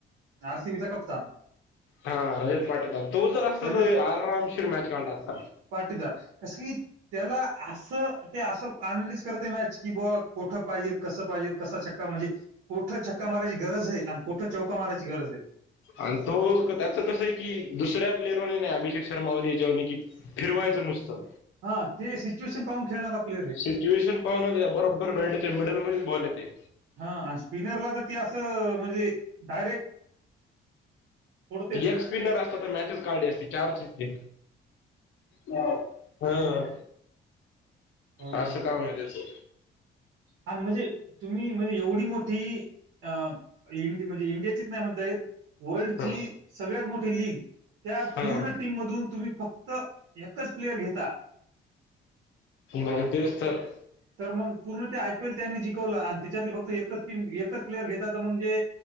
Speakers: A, on the right; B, on the left.
A: आर सी बीचा कप्तान.
B: हा रजत पाटीदार. तो जर असता,
A: रजत
B: तर आरामशीर मॅच काढला असता.
A: पाटीदार. कशी त्याला असं. ते असं अनालिस करत मॅच की, बुवा कठं पाहिजेत? कसं पाहिजे? कस शक म्हणजे, कोठं छक्का मारायची गरजय आन कोठं चौका मारायची गरजय
B: आन तो, त्याच कसय की, दुसऱ्या प्लेअरवर वणी नाही. अभिषेक शर्मावणी, याच्यावनी कि, फिरवायचं नुसतं.
A: हा ते सिच्युएशन पाहून खेळणारा प्लेअर आहे
B: सिच्युएशन पाहून, तेच्या बरोबर बॅटच्या, मिडल मध्येच बॉल येतेय.
A: हा अन् स्पिनरला तर ते असं, म्हणजे डायरेक्ट फोडतेच
B: एक स्पिनर असत, तर मॅचच काढली असती. चार छक्के. ह.
A: हो ना
B: असं कामय त्याचं.
A: अन म्हणजे, तुम्ही म्हणजे एवढी मोठी. अ इं म्हणजे इंडियाचीच नाही म्हणता येत. वर्ल्डची,
B: ह
A: सगळ्यात मोठी लीग. त्या
B: हा
A: पूर्ण टीम मधून तुम्ही फक्त, एकच प्लेयर घेता.
B: बहुतेक तर
A: तर मग, पूर्ण ते आय पी एल त्यानी जिकवलं. आन त्याच्यातले फक्त एकच टीम, एकच प्लेयर घेतात. म्हणजे,